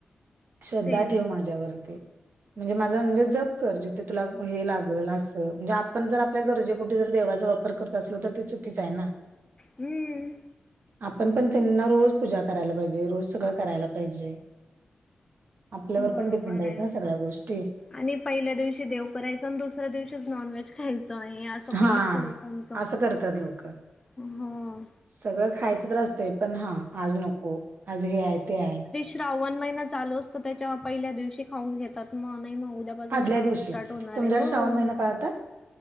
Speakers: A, on the right; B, on the left.
A: श्रद्धां
B: तेच
A: ठेवं माझ्यांवरती. म्हणजे माझां म्हणजे जंप करं जिथे तुलां हे लागलं असं म्हणजे आपणं जरं आपल्या गरजे कुंठे जरं देवाचं वापरं वापरं करतं असलो तरं ते चुकीचं आहे नां
B: हम्म
A: आपणं पणं त्यांना रोज पूजा करांयला पाहिजे रोजचं सगळं करांयला पाहिजे. आपल्यांवर
B: बरोबर
A: पणं डिपेंड आहेतं
B: आहे
A: नां सगळ्यां गोष्टी.
B: आणि पहिल्या दिवशी देवं करायचं आणि दुसऱ्यां दिवशीच नॉनव्हेज खायचं. हे असं पणं
A: हा
B: असतं लोकांच
A: असं करतात लोक
B: हं.
A: सगळं खायचं तरं असतंय पणं हां आंज नको आंज हे आहे ते आहे.
B: श्रावणं महिना चालूं असतं त्यांच्या पहिल्या दिवशी खाऊंन घेतांत मंग नाहीं मंग उद्यां उद्यां पासुंन
A: आदल्या
B: श्रावणं
A: दिवशी
B: स्टार्ट होणारं
A: तुमच्याकडे
B: आहे हो
A: श्रावण महिना पाळतात